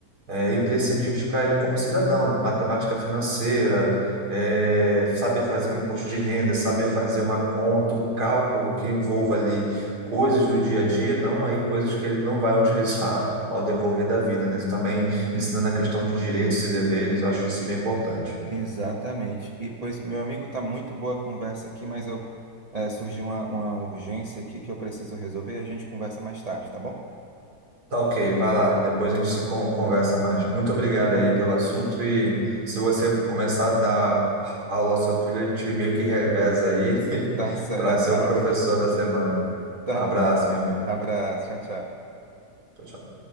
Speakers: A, on the right; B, on the right.
A: é, imprescindíveis para ele como cidadão. Matemática financeira, é, saber fazer um imposto de renda, saber fazer uma conta, um cálculo que envolva ali coisas do dia a dia, não aí coisas que ele não vai utilizar <laughs> ao decorrer da vida, né? Também
B: e-
A: ensinando a questão de direitos e deveres, eu acho isso bem importante.
B: Exatamente. E, pois, meu amigo, tá muito boa a conversa aqui, mas eu eh, surgiu uma, uma urgência aqui que eu preciso resolver. A gente conversa mais tarde, tá bom?
A: Tá ok, vai lá, depois a gente se con- conversa mais. Muito obrigado aí pelo assunto e se você começar a dar aula ao seu filho, a gente meio que reveza aí <laughs>
B: Tá certo,
A: para ser
B: tá
A: um professor
B: ótimo.
A: da semana.
B: Tá
A: Um abraço,
B: bom.
A: meu amigo.
B: Abraço, tchau, tchau.
A: Tchau, tchau.